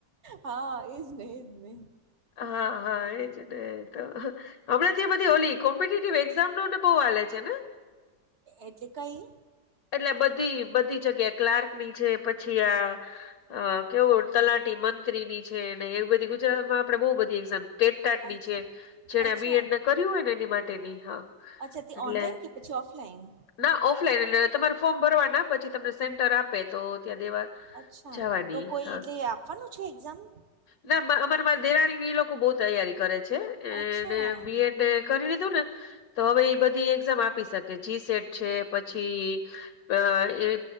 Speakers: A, on the right; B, on the left.
A: હા ઇજ ને ઇજ ને
B: હા હા એજને તો હમણા તે બધી ઓલી કોમ્પિટેટિવ એક્ઝામ નો ને બો હાલે છે ને
A: એટલે કઈ
B: એટલે બધી બધી જગ્યા ક્લાર્ક ની છે પછી આ કેવું તલાટી મંત્રી ની છે ને એવી બધી ગુજરાતમાં આપણે બો બધી એક્ઝામ ટેટ ટાટ
A: અચ્છ
B: ની જે જેને
A: અચ્છા
B: બી એડ ને કર્યું હોય ને એની માટેની હા
A: અચ્છા તે
B: એટલે
A: ઓનલાઈન કે પછી ઓફલાઈન
B: ના ઓફલાઈન તમારે ફોર્મ ભરવા ના પછી તમને સેન્ટર
A: હા
B: આપે તો ત્યાં દેવા
A: અચ્છા
B: જવાની
A: તો કોઈ
B: હા
A: એટલે આપવાનું છે એક્ઝામ
B: ના અમારા દેરાણી ની એ લોકો બહ તૈયારી કરે છે એ
A: અચ્છા
B: બીએડ કરી લીધું ને તો હવે બધી એક્ઝામ આપી શકે. કે જી સેટ છે પછી અ એ